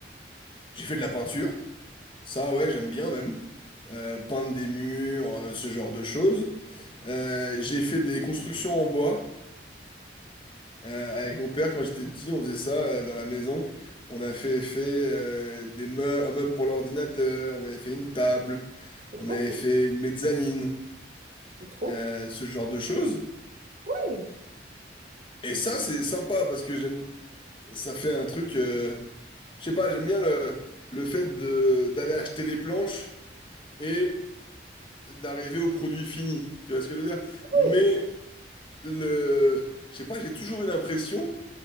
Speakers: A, on the left; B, on the right.
A: j'ai fait de la peinture. Ça, ouais, j'aime bien même. Euh, peindre des murs, euh, ce genre de choses. Euh, j'ai fait des constructions en bois. Euh, avec mon père, quand j'étais petit, on faisait ça euh, dans la maison. On a fait, fait euh, des meu- un meuble pour l'ordinateur, on avait fait une table,
B: c'est
A: on
B: trop
A: avait
B: cool.
A: fait une mezzanine,
B: C'est trop
A: euh, ce genre de choses.
B: cool. Oui,
A: Et ça, c'est sympa parce que j'aime, ça fait un truc. euh, je sais pas, j'aime bien le, le fait de d'aller acheter les planches et d'arriver au produit fini. Tu vois ce que je veux dire?
B: oui.
A: Mais le, je sais pas, j'ai toujours eu l'impression.